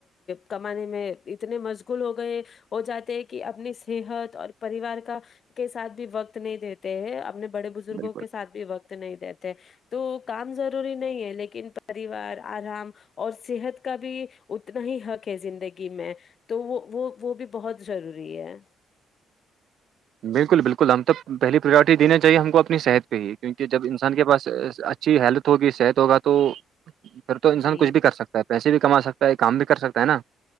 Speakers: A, on the left; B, on the right.
A: کمانے میں اتنے مشغول ہو گئے وہ جاتے ہیں کہ اپنی صحت اور پریوار کا کے ساتھ بھی وقت نہیں دیتے ہیں اپنے بڑے بزرگوں
B: بالکل
A: کے سھ بھی وقت نہیں دیتے تو کام ضروری نہیں ہے لیکن پریوار آرام اور صحت کا بھی اتنا ہی حق ہے زندگی میں تو وہ وہ وہ بھی بہت ضروری ہے
B: بالکل بالکل ہم تو پہلی پریورٹی دینی چاہیے ہم کو اپنی صحت پہ ہی کیونکہ جب انسان کے پاس اچھ اچھی ہیلتھ ہوگی صحت ہوگا تو پھر تو انسان
A: جی
B: کچھ بھی کر سکتا ہے پیسے بھی کما سکتا ہے کام بھی کر سکتا ہے نا